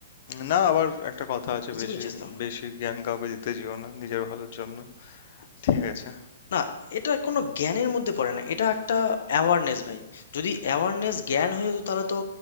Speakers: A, on the left; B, on the left.
A: না আবার একটা কথা আছে
B: বুঝতে
A: বেশি
B: পেরেছিস তো
A: বেশি জ্ঞান কাউকে দিতে যেও না নিজের ভালোর জন্য ঠিক আছে
B: না এটা কোনো জ্ঞানের মধ্যে পড়ে না এটা একটা অ্যাওয়ারনেস ভাই যদি অ্যাওয়ারনেস জ্ঞান হয়ে যেত তাহলে তো